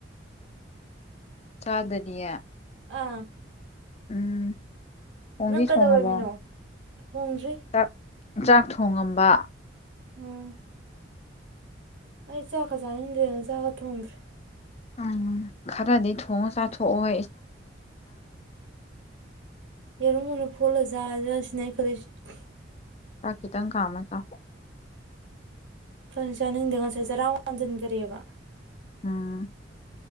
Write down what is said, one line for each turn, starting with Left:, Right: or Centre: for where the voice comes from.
Left: ꯆꯥꯗꯅꯌꯥ
Right: ꯑꯥ
Left: ꯎꯝ ꯊꯣꯡꯗꯤ
Right: ꯅꯪ ꯀꯩꯗꯧꯔꯝ
Left: ꯊꯣꯡꯉꯕꯣ
Right: ꯃꯤꯅꯣ ꯍꯣꯡꯗ꯭ꯔꯤ
Left: ꯆꯥꯛ ꯆꯥꯛ ꯊꯣꯡꯉꯝꯕ
Right: ꯎꯝ ꯑꯩ ꯆꯥꯛꯀ ꯆꯅꯤꯡꯗꯦꯅ ꯆꯥꯒ ꯊꯣꯡ꯭ꯗꯔꯤ
Left: ꯎꯝ ꯈꯔꯗꯤ ꯊꯣꯡꯉ ꯆꯥꯊꯣꯛꯑꯣ
Right: ꯌꯦꯔꯨꯝ ꯑꯣꯅ ꯐꯨꯠꯂꯆꯥꯖꯤꯔ ꯁꯤꯅꯦ ꯑꯩ‌ ꯈꯜꯂꯤꯁꯤ
Left: ꯆꯥꯛ ꯈꯤꯇꯪ ꯀꯥꯝꯃ ꯆꯥꯎ
Right: ꯐꯅ ꯆꯥꯅꯤꯡꯗꯦ ꯉꯁꯥꯏ ꯆꯔꯥ ꯋꯥꯟꯖꯟꯒꯔ꯭ꯦ ꯕ
Left: ꯎꯝ